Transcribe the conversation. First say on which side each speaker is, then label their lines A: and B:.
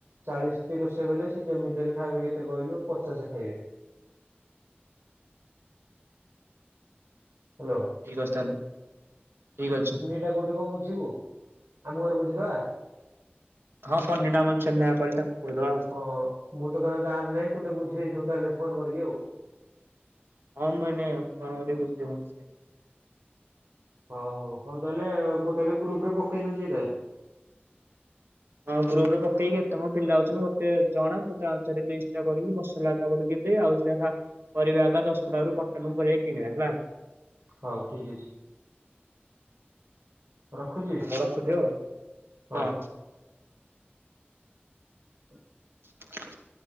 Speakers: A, on the right; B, on the right.
A: ଚାଳିଶ ବି ରୋଷେଇ କଲେ ସେ ଯେମିତି ହେଲେ ଖାଇବେ କେତେ କହିଲୁ, ପଚାଶ ଖାଇବେ। ହାଲୋ
B: ଠିକ୍ ଅଛି ତାହେଲେ, ଠିକ୍ ଅଛି।
A: ଏଇଟା କୋଉଠି କଣ ବୁଝିବୁ, ଆମ ଗାଁରେ ବୁଝିଦବା?
B: ହଁ <unintelligible>
A: ହଁ ହଁ, ମୁଁ ତ କାରଣ ଗାଁରେ ନାହିଁ, ତୁ ଟିକେ ବୁଝି ଦେଇଥିବୁ ତାହେଲେ ଫୋନ କରିକି ଆଉ
B: ଆଉ ମାନେ କଣ <unintelligible>
A: ହଁ ହଁ, ହଉ ତାହେଲେ ମୁଁ ତାହେଲେ ଗ୍ରୁପ ରେ ପକେଇ ଦଉଛି ଏଇଟା।
B: ହଁ ଗ୍ରୁପ ରେ ପକେଇକି କେତେ ମ ପିଲା ଆଉଛନ୍ତି ମତେ ଜଣା, ମୁଁ ତା ଅନୁସାରେ ଲିଷ୍ଟଟା କରିକି ମସଲା <unintelligible> ପଟୁ କିି ଆଉ ଯାହା କରିବା କଥା ଦଶ କଟୁ ମଟନ କରିବା କିଣିବା ହେଲା।
A: ହଉ ଠିକ୍ ଅଛି। ରଖୁଛି
B: ରଖୁଚି ଆଉ
A: ହଉ।
B: ହଁ।
A: ହଁ
B: <unintelligible>